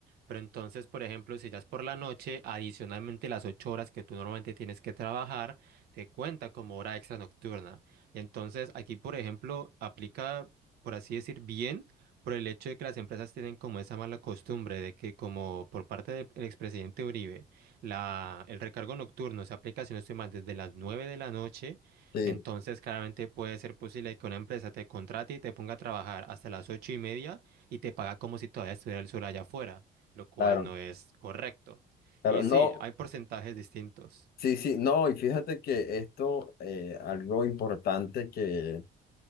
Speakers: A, on the right; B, on the left.
A: Pero entonces, por ejemplo, si ya es por la noche, adicionalmente las ocho horas que tú normalmente tienes que trabajar, te cuenta como hora extra nocturna. Entonces, aquí, por ejemplo, aplica, por así decir, bien por el hecho de que las empresas tienen como esa mala costumbre de que como por parte del expresidente Uribe, la, el recargo nocturno se aplica, si no estoy mal, desde las 9 de la noche,
B: Sí,
A: entonces claramente puede ser posible que una empresa te contrate y te ponga a trabajar hasta las ocho y media y te paga como si todavía estuviera el sol allá afuera, lo cual
B: claro.
A: no es correcto.
B: Claro,
A: Y
B: no,
A: sí, hay porcentajes distintos.
B: Sí, sí, no, y fíjate que esto, eh, algo importante que